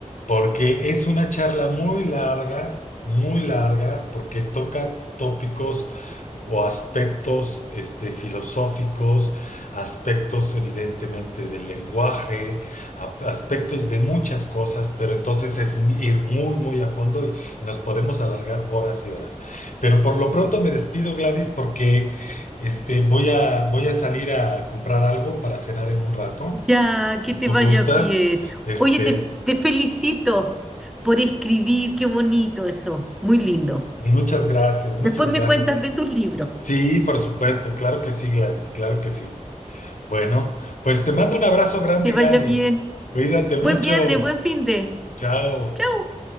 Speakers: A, on the left; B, in the centre.
A: porque es una charla muy larga, muy larga, porque toca tópicos o aspectos este, filosóficos, aspectos evidentemente del lenguaje, a- aspectos de muchas cosas, pero entonces es ir muy, muy a fondo y nos podemos alargar horas y horas. Pero por lo pronto me despido, Gladys, porque este, voy a, voy a salir a comprar algo para cenar en un rato.
B: Ya, que
A: Si
B: te
A: tú
B: vaya
A: gustas,
B: bien.
A: este,
B: Oye, te, te felicito por escribir, qué bonito eso, muy lindo.
A: Muchas gracias, muchas
B: Después me
A: gracias,
B: cuentas
A: Gladys.
B: de tus libros.
A: Sí, por supuesto, claro que sí, Gladys, claro que sí. Bueno, pues te mando un abrazo grande,
B: Que te vaya
A: Gladys.
B: bien.
A: Cuídate mucho.
B: Buen viernes, buen fin de.
A: Chao.
B: Chau.